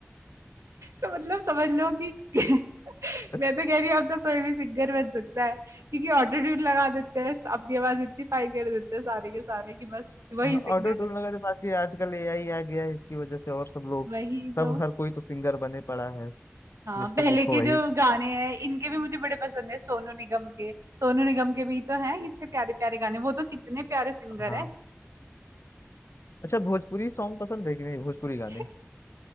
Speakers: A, on the right; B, on the left.
A: तो मतलब समझ लो कि <laughs>
B: <laughs>
A: मैं तो कह रही हूँ अब तो कोई भी सिंगर बन सकता है क्योंकि ऑटो ट्यून लगा देते हैं अपनी आवाज इतनी फाइन कर देते हैं सारे के सारे कि बस वही
B: ऑटो
A: सिंगर
B: ट्यून
A: है
B: लगा तो बाकी आजकल एआई आ गया है इसकी वजह से और सब लोग
A: वही
B: सब
A: तो
B: हर कोई तो सिंगर बने पड़ा है
A: हाँ
B: जिसको
A: पहले
B: देखो
A: के
B: वही
A: जो गाने हैं इनके भी मुझे बड़े पसंद है सोनू निगम के सोनू निगम के भी तो हैं कितने प्यारे प्यारे गाने वो तो कितने प्यारे सिंगर
B: हाँ
A: है
B: अच्छा भोजपुरी सॉन्ग पसंद है कि नहीं भोजपुरी गाने
A: <laughs>